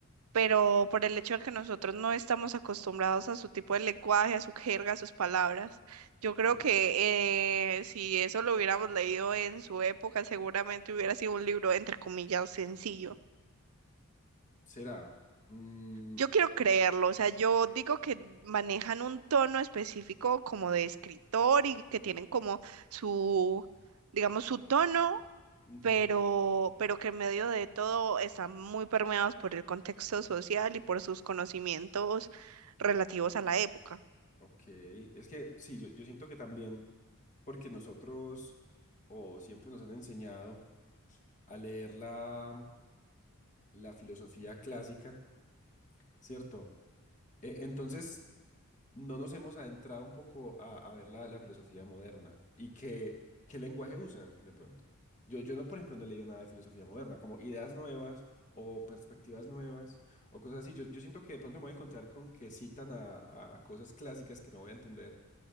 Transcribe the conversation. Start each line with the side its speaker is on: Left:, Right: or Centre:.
Right: pero por el hecho de que nosotros no estamos acostumbrados a su tipo de lenguaje, a su jerga, a sus palabras, yo creo
Left: sí.
Right: que eh, si eso lo hubiéramos leído en su época, seguramente hubiera sido un libro, entre comillas, sencillo.
Left: Será. Mm,
Right: Yo quiero creerlo, o sea, yo digo que manejan un tono específico como de escritor y que tienen como su digamos, su tono
Left: ujú,
Right: pero, pero que en medio de todo están muy permeados por el contexto social y por sus conocimientos relativos a la época.
Left: Ok, es que sí, yo, yo siento que también, porque nosotros o siempre nos han enseñado a leer la, la filosofía clásica, ¿cierto? Eh, entonces... no nos hemos adentrado un poco a, a ver la, la filosofía moderna y qué, qué lenguaje usan de pronto. Yo, yo no, por ejemplo, no he leído nada de filosofía moderna, como ideas nuevas o perspectivas nuevas o cosas así. Yo, yo siento que de pronto me voy a encontrar con que citan a, a cosas clásicas que no voy a entender,